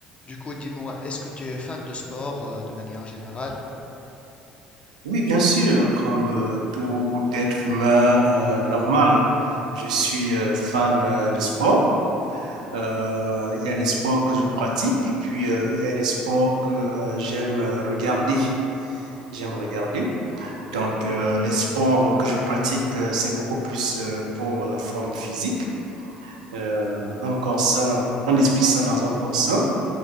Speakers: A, on the left; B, on the right.
A: Du coup, dis-moi, est-ce que tu es fan de sport euh, de manière générale?
B: Oui, bien sûr, comme euh, tout être humain euh, normal, je suis euh, fan euh, de sport. Euh, il y a des sports que je pratique et puis euh, il y a des sports que euh, j'aime euh, regarder. J'aime regarder. Donc, euh, les sports que je pratique, euh, c'est beaucoup plus euh, pour la forme physique. Euh, un corps sain, un esprit sain dans un corps sain.